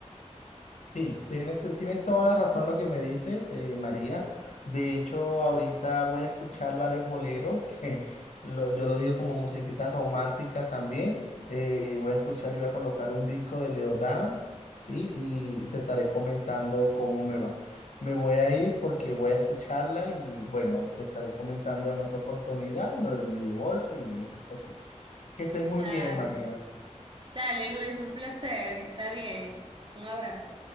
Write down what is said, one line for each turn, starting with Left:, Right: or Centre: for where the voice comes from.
Left: Sí, tienes, te- tienes toda la razón lo que me dices, eh, María. De hecho, ahorita voy a escuchar varios boleros que <laughs> lo-
Right: <laughs>
Left: yo lo digo como musiquita romántica también. Eh, voy a escuchar y voy a colocar un disco de Leodán, ¿sí? Y te estaré comentando cómo me va. Me voy a ir porque voy a escucharla y bueno, te estaré comentando en otra oportunidad lo de mi divorcio y esas cositas. Que estés muy
Right: Dale,
Left: bien, María.
Right: dale Luis, un placer, está bien. Un abrazo.